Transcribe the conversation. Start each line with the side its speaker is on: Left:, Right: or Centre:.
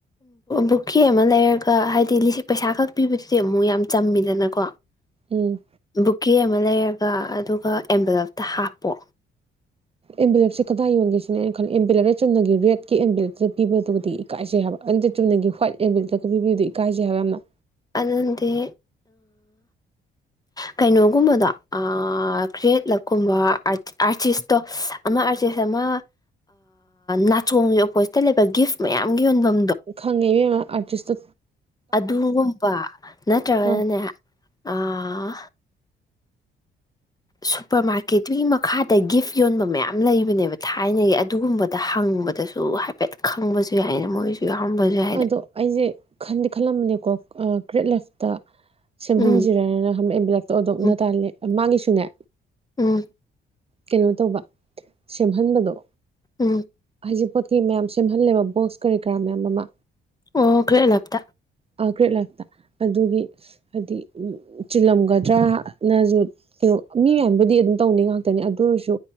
Left: ꯕꯨꯛꯈꯤ ꯑꯃ ꯂꯩꯔꯒ ꯍꯥꯏꯗꯤ ꯂꯤ ꯄꯩꯁꯥ ꯈꯛ ꯄꯤꯕꯗꯨꯗꯤ ꯑꯃꯨꯛ ꯌꯥꯝ ꯆꯝꯃꯤꯗꯅꯀꯣ
Right: ꯎꯝ
Left: ꯕꯨꯀꯦ ꯑꯃ ꯂꯩ ꯑꯗꯨꯒ ꯑꯦꯝꯕꯂꯞꯇ ꯍꯥꯞꯄꯣ
Right: ꯑꯦꯝꯚꯦꯂꯦꯞꯁꯦ ꯀꯗꯥꯏ ꯌꯣꯟꯒꯦꯁꯤꯅꯩꯅ ꯈꯜꯂꯤ ꯑꯦꯝꯚꯦꯂꯦꯞꯇ ꯆꯨꯝꯅꯒꯤ ꯔꯦꯗꯀꯤ ꯑꯦꯝꯕꯤꯂꯦꯇ ꯄꯤꯕꯗꯨꯗꯤ ꯏꯀꯥꯏꯁꯦ ꯍꯥꯏꯕ ꯑꯗꯨ ꯆꯨꯝꯅꯒꯤ꯭ꯏꯠ ꯑꯦꯝꯕꯤꯦꯂꯦꯠꯇ ꯄꯤꯕꯤꯕꯗꯨ ꯏꯀꯥꯏꯁꯦ ꯍꯥꯏꯕ ꯌꯥꯝꯅ
Left: ꯑꯗꯨꯗꯤ ꯀꯩꯅꯣꯒꯨꯝꯕꯗꯣ ꯀ꯭ꯔꯤꯌꯦꯠꯂꯛꯀꯨꯝꯕ ꯑꯥꯔꯇꯤꯁꯇꯣ ꯑꯃ ꯑꯥꯔꯇꯤꯁ ꯑꯃ ꯅꯥꯆꯣꯡꯒꯤ ꯑꯣꯄꯣꯖꯤꯠꯇ ꯂꯩꯕ ꯒꯤꯐ ꯃꯌꯥꯝ ꯌꯣꯟꯐꯝ ꯉ
Right: ꯈꯪꯉꯦꯕꯦꯝꯃ ꯑꯔꯇꯤꯁ
Left: ꯑꯗꯨꯒꯨꯝꯕ ꯅꯠꯇ꯭ꯔꯒꯅꯅꯦ
Right: ꯑ
Left: ꯑꯥ ꯁꯨꯄꯔ ꯃꯥꯔꯀꯦꯠꯇꯨꯒꯤ ꯃꯈꯥꯗ ꯒꯤꯐ ꯌꯣꯟꯕ ꯃꯌꯥꯝ ꯂꯩꯕꯅꯦꯕ ꯊꯥꯏꯅꯒꯤ ꯑꯗꯨꯒꯨꯝꯕꯗ ꯍꯪꯕꯗꯁꯨ ꯍꯥꯏꯐꯦꯠ ꯈꯪꯕꯁꯨ ꯌꯥꯏꯅ ꯃꯣꯏꯁꯨ ꯌꯥꯎꯔꯝꯕꯁꯨ ꯌꯥꯏꯅ
Right: ꯑꯗꯣ ꯑꯩꯁꯦ ꯈꯟꯗꯤ ꯈꯜꯂꯝꯕꯅꯦꯀꯣ ꯒ꯭ꯔꯔꯤꯠ ꯂꯦꯐꯇ
Left: ꯎꯝ
Right: ꯁꯦꯝꯍꯟꯁꯤꯔꯅ ꯍꯑ ꯕꯤꯂꯦꯛꯇ ꯑꯣꯗꯣꯛ ꯎꯅ
Left: ꯎꯝ ꯎꯝ
Right: ꯇꯥꯜꯂꯦ ꯃꯥꯡꯉꯤꯁꯨꯅꯦ
Left: ꯎꯝ
Right: ꯀꯩꯅꯣ ꯇꯧꯕ ꯁꯦꯝꯍꯟꯕꯗꯣ
Left: ꯎꯝ
Right: ꯍꯥꯏꯖꯤꯛ ꯄꯣꯠꯀꯤ ꯃꯌꯥꯝ ꯁꯦꯝꯍꯜꯂꯦꯕ ꯕꯣꯛꯁ ꯀꯔꯤ ꯀꯔꯥ ꯃꯌꯥꯝ ꯑꯃ
Left: ꯑꯣ ꯀ ꯂꯥꯛꯇ
Right: ꯑ ꯀ꯭ꯔꯦ ꯂꯥꯛꯇꯥ ꯑꯗꯨꯒꯤ ꯍꯥꯏꯗꯤ ꯎꯝ ꯆꯤꯜꯂꯝꯒꯗ꯭ꯔꯥꯅꯁꯨ ꯇꯧ ꯃꯤ ꯃꯌꯥꯝꯕꯨꯗꯤ ꯑꯗꯨꯝ ꯇꯧꯅꯩ ꯉꯥꯛꯇꯅꯤ ꯑꯗꯨ ꯑꯣꯏꯔꯁꯨ